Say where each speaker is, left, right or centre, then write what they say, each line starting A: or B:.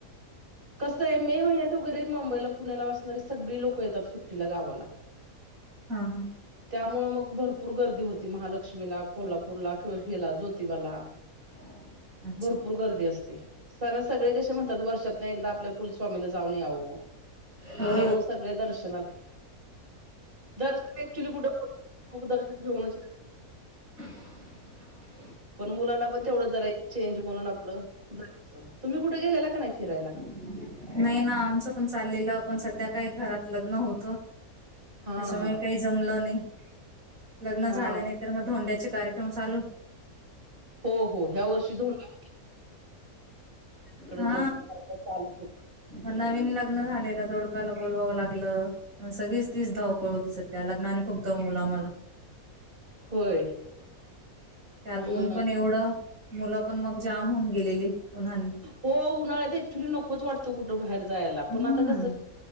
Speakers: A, on the right (about 35°); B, on the right (about 65°).
A: कसं आहे मे महिन्यात वगैरे मुंबईला, पुण्याला असणारी सगळी लोक येतात सुट्टीला गावाला.
B: हा हा.
A: त्यामुळे मग भरपूर गर्दी होती महालक्ष्मीला, कोल्हापूरला किंवा हिला ज्योतिबाला.
B: <inaudible>
A: भरपूर गर्दी असते, सर सगळे कसे म्हणतात वर्षातन एकदा आपल्या कुलस्वामीला जाऊन याव.
B: हा.
A: त्यामुळे सगळे दर्शनाला. दर्शन <unintelligible> मुख दर्शन घेउनच की.
B: <inaudible>
A: पण मुलांना पण तेवढं जरा चेंज म्हणून आपलं जायचं, तुम्ही कुठे गेलेला का नाही फिरायला?
B: नाही ना आमचं पण चाललेलं पण सध्या काही घरात लग्न होतं.
A: हा
B: त्याच्यामुळे
A: हा
B: काही जमलं नाही. लग्न
A: हा
B: झालं नाही, तर मग धोंड्याचे कार्य क्रम चालू.
A: हो हो. ह्या वर्षी धोंडा तिकडं
B: हा
A: जेवण सारखं चालूच होतं.
B: नवीन लग लग्न झालेल्या जोडप्याला बोलवावं लागलं सगळीच तीच धावपळ होती सध्या लग्न आणि खूप दम मला
A: होय
B: त्यात
A: हम्म
B: ऊन पण एवढं मुलं पण मग जाम होऊन गेलेली. उन्हाने.
A: हो उन्हाळ्यात ऍक्च्युली नकोच वाटतो कुठं बाहेर जायला
B: हम्म.
A: पण आता कसं...